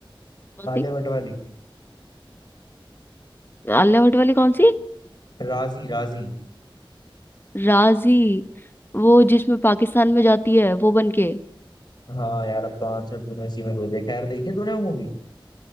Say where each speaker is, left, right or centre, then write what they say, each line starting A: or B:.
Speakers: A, on the left (about 25°); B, on the left (about 55°).
A: कौन
B: आलिया
A: सी
B: भट्ट वाली
A: आलिया भट्ट वाली कौन सी
B: राजी राजी
A: राजी वो जिसमें पाकिस्तान में जाती है वो बन के
B: हाँ यार अब तो आंसर तूने इसी में दे दिया खैर देखी तूने वो मूवी